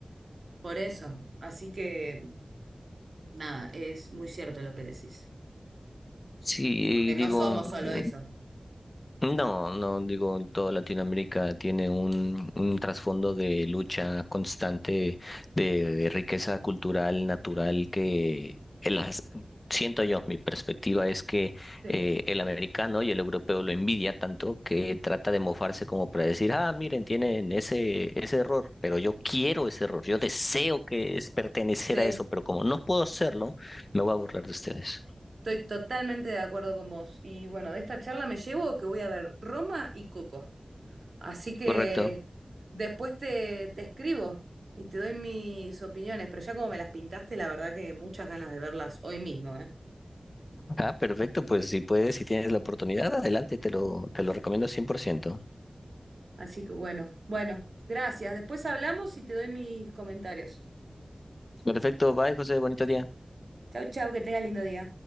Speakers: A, on the right (about 75°); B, on the left (about 40°).
A: Por eso. Así que, nada, es muy cierto lo que decís.
B: Sí,
A: Porque no
B: digo,
A: somos solo
B: mm,
A: eso.
B: no, no, digo, toda Latinoamérica tiene un, un trasfondo de lucha constante de, riqueza cultural, natural, que el as- siento yo, mi perspectiva es que
A: Sí,
B: eh, el americano y el europeo lo envidia tanto que trata de mofarse como para decir, ah, miren, tienen ese, ese error, pero yo quiero ese error, yo deseo que es pertenecer
A: sí,
B: a eso, pero como no puedo hacerlo, me voy a burlar de ustedes.
A: estoy totalmente de acuerdo con vos. Y bueno, de esta charla me llevo que voy a ver Roma y Coco. Así que
B: Correcto.
A: después te, te escribo y te doy mis opiniones, pero ya como me las pintaste, la verdad que muchas ganas de verlas hoy mismo, ¿eh?
B: Ah, perfecto, pues si puedes, si tienes la oportunidad, adelante, te lo, te lo recomiendo 100%.
A: Así que bueno, bueno, gracias. Después hablamos y te doy mis comentarios.
B: Perfecto, bye, José, bonito día.
A: Chau, chau, que tengas lindo día.